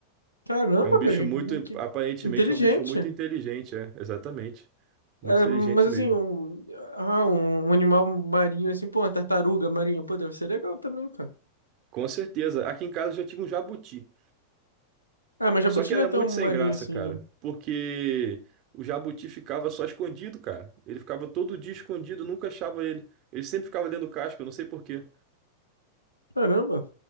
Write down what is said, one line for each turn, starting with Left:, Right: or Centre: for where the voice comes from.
Left: Caramba,
Right: É um bicho
Left: cara.
Right: muito,
Left: Que, que
Right: aparentemente
Left: inteligente.
Right: é um bicho muito inteligente, é, exatamente. Muito
Left: É,
Right: inteligente
Left: mas, assim,
Right: mesmo.
Left: um, ah, um, um animal marinho, assim, pô, uma tartaruga marinha, pô, deve ser legal também, cara.
Right: Com certeza. Aqui em casa já tinha um jabuti.
Left: Ah, mas jabuti
Right: Só que
Left: não
Right: era
Left: é tão
Right: muito
Left: marinho
Right: sem graça,
Left: assim,
Right: cara,
Left: né?
Right: porque o jabuti ficava só escondido, cara. Ele ficava todo dia escondido, nunca achava ele. Ele sempre ficava dentro do casco, eu não sei por quê.
Left: Caramba.